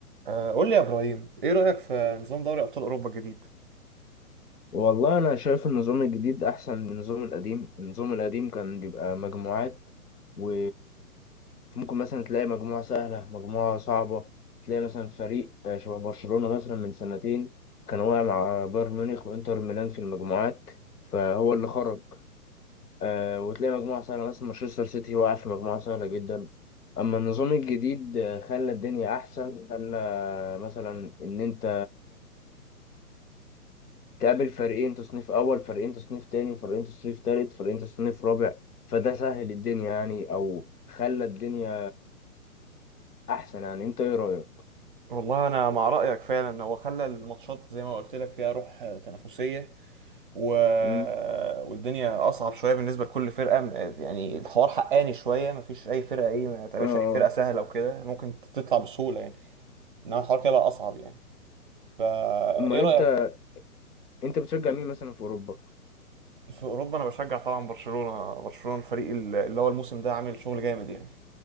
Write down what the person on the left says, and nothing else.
والله أنا شايف النظام الجديد أحسن من النظام القديم النظام القديم كان بيبقى مجموعات و ممكن مثلا تلاقي مجموعة سهلة مجموعة صعبة تلاقي مثلا فريق آه، شبه برشلونة مثلا من سنتين كان واقع مع بايرن ميونخ وإنتر ميلان في المجموعات فهو اللي خرج آه، وتلاقي مجموعة سهلة مثلا مانشستر سيتي واقع في مجموعة سهلة جدا أما النظام الجديد آه، خلى الدنيا أحسن خلى مثلا إن أنت تقابل فريقين تصنيف اول فريقين تصنيف تاني فريقين تصنيف تالت فريقين تصنيف رابع فده سهل الدنيا يعني او خلى الدنيا احسن يعني انت ايه رايك
امم
اه
امال
انت انت بتشجع مين مثلا في اوروبا